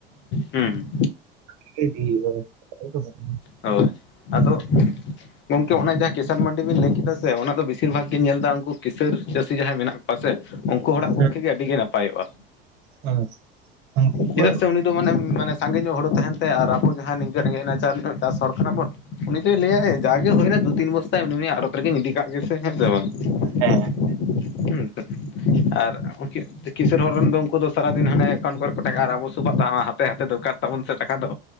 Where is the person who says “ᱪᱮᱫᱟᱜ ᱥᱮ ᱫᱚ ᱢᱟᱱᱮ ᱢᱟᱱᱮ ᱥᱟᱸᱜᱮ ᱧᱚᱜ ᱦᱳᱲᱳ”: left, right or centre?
Left